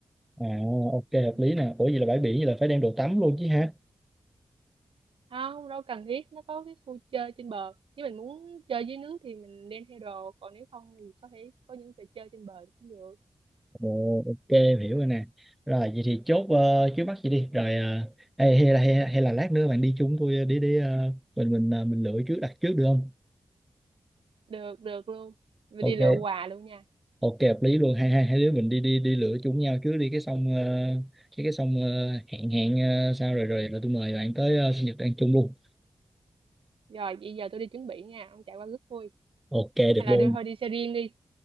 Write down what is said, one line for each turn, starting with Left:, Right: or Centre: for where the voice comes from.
Centre: à ok hợp
Right: Ừ.
Centre: lý nè ủa vậy là bãi biển vậy là phải đem đồ tắm luôn chứ ha
Right: không đâu cần thiết nó có cái khu chơi trên bờ nếu mình muốn chơi dưới nước thì mình đem theo đồ còn nếu không thì có thể có những trò chơi trên bờ cũng được
Centre: Ồ, ok em hiểu rồi nè rồi vậy thì chốt ờ, trước mắt vậy đi rồi ờ, hay, hay là hay, hay là lát nữa bạn đi chung tôi ờ, đi đi ờ, mình mình ờ, mình lựa trước đặt trước được không
Right: được được luôn mình
Centre: ok
Right: đi lựa quà luôn nha
Centre: ok hợp lý luôn hai hai hai đứa mình đi đi đi lựa chung nhau trước đi cái xong ờ, cái cái xong ờ, hẹn hẹn ờ, sao rồi rồi là tôi mời bạn tới ờ, sinh nhật ăn chung luôn
Right: rồi bây giờ tôi đi chuẩn bị nha ông chạy qua rước vui
Centre: ok được
Right: hay là
Centre: luôn
Right: đưa thôi đi xe riêng đi